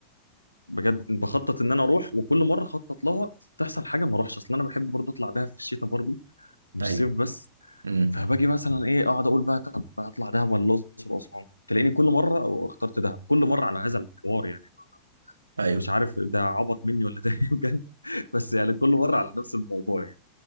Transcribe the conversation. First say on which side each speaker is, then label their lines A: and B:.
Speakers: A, on the left; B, on the right.
A: بجد بخطط ان انا اروح وكل مره اخطط لها تحصل حاجه ما اروحش اصل انا بحب برضه اطلع دهب في الشتاء برضه مش
B: ايوه
A: صيف بس
B: امم
A: فباجي مثلا ايه اقعد اقول بقى طب اطلع دهب ولا الاقصر واسوان تلاقيني كل مره اخترت دهب كل مره على هذا الحوار يعني
B: ايوه
A: مش عارف ده عبط مني ولا ده إيه بجد <laughs> بس يعني كل مره على نفس الموضوع يعني